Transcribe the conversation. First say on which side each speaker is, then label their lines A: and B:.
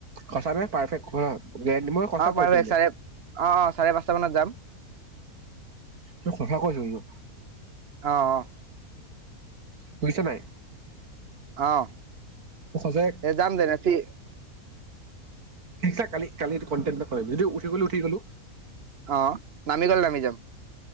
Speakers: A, on the right; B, on the right.
A: সঁচা নে পাৰফেক্ট গেৰেণ্টি মই সঁচা কৈছো
B: পাৰে
A: কিন্তু
B: চাৰে, অঁ অঁ চাৰে পাঁচ তাত যাম।
A: তোক সঁচা কৈছো <unintelligible>
B: অঁ।
A: বুজিছ নাই?
B: অ'হ।
A: মই সঁচাই
B: এ জাম দে ৰাতি
A: ঠিকছে কালি, কালি কনটেনটো কাৰণে ভিদিও উঠি গলো উঠি গলো।
B: অঁ নামি গ'লে নামি যাম।